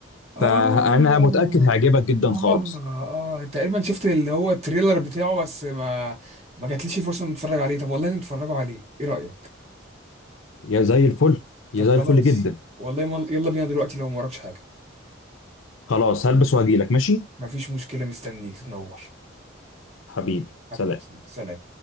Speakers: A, on the right; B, on the left.
A: اه
B: فانا متاكد هيعجبك جدا
A: اه
B: خالص
A: اه تقريبا شفت اللي هو التريلر بتاعه بس ما ما جاتليش فرصه ان اتفرج عليه طب والله نتفرجوا عليه ايه رايك
B: يا زي الفل يا
A: طب خلاص
B: زي الفل جدا
A: والله مال... يلا بينا دلوقتي لو ما وراكش حاجة
B: خلاص هلبس وهجيلك ماشي
A: مفيش مشكلة مستنيك تنور
B: حبيبي
A: حبيبي
B: سلام
A: سلام